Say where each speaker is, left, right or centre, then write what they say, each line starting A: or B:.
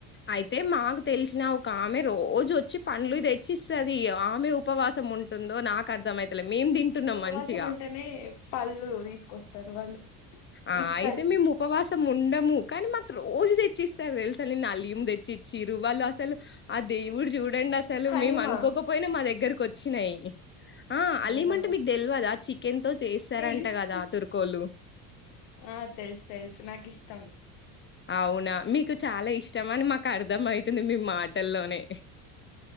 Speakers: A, on the left; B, on the left.
A: అయితే మాకు తెలిసిన ఒక ఆమె రోజు వచ్చి పండ్లు తెచ్చిస్తది ఆమె ఉపవాసం ఉ ఉంటుందో నాకు <unintelligible> తింటున్నాం
B: ఉపవాసం
A: మంచిగా
B: ఉంటేనే పళ్ళు తీసుకొస్తారు వాళ్ళు
A: ఆ
B: ఇఫ్తార్
A: అయితే
B: కి
A: మేము ఉపవాసం ఉండము కానీ మాకు రోజు తెచ్చిస్తారు తెలుసా నిన్న అలిమ్ తెచ్చి ఇచ్చిర్రు వాళ్ళు అసలు ఆ దేవుడు చూ <unintelligible> అసలు
B: హలీమా
A: మేము అనుకోకపోయినా మా దగ్గరకొచ్చినాయి ఆ అలీమంటే
B: అవునా
A: మీకు తెల్వద చికెన్ తో చేస్తారంట
B: తెలుసు
A: కదా ఆ తుర్కోల్లు
B: ఆ తెలుసు తెలుసు నాకిష్టం
A: అవునా! మీకు చాల ఇష్టమని మాకు అర్ధం అయితుంది మీ మాటల్లోనే